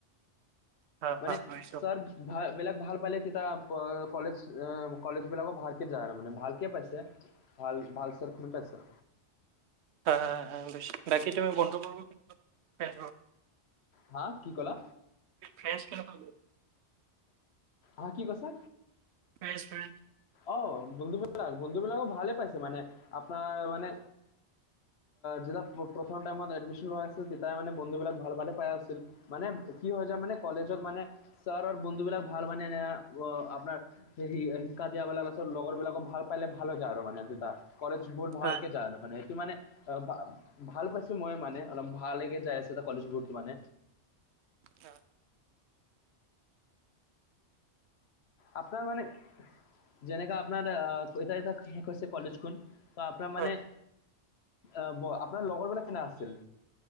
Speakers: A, on the right; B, on the left.
A: হা হা
B: মানে
A: বুজিছো
B: চাৰ বেলেগ ভাল পালে তেতিয়া কলেজ কলেজবিলাকো ভালকে যায় আৰু মানে ভালকে পাইছে। ভাল ভাল চাৰ খোনে পাইছা।
A: আহ হা বেছি বাকী তুমি বন্ধুবৰ্গ কেদ।
B: হা কি ক'লা।
A: ফ্ৰেছ কেনকা
B: অ কি কৈছে।
A: বেচ ফ্ৰেণ্ড।
B: অ বন্ধু বিলাক বন্ধু বিলাক ভালে পাইছে মানে আপোনাৰ মানে। যেতিয়া প্ৰথম টাইমত এডমিশ্যন লোৱা আছিল তেতিয়াই মানে বন্ধু বিলাক ভাল ভালে পাই আছিল? মানে কি হয় যে মানে কলেজত মানে। ছাৰৰ বন্ধুবিলাক ভাল মানে আপোনাৰ হে। কাজিয়া লগাৰ পাছত লগৰ বিলাকো ভাল পালে ভালো যায় আৰু মানেদুটা কলেজ বোৰ ভালকে
A: হয়
B: যায় আৰু মানে। কি মানে অ ভ ভাল পাইছো মই মানে অলপ ভালেকে যাই আছো ত কলেজবোৰত মানে।
A: অ'।
B: আপোনাৰ মানে, যেনেকা আপোনাৰ এ ইটা এটা কৰিছে কলেজখন। আপোনাৰ
A: হয়
B: মানে, আপোনাৰ লগৰ বিলাক কেনে আছিল?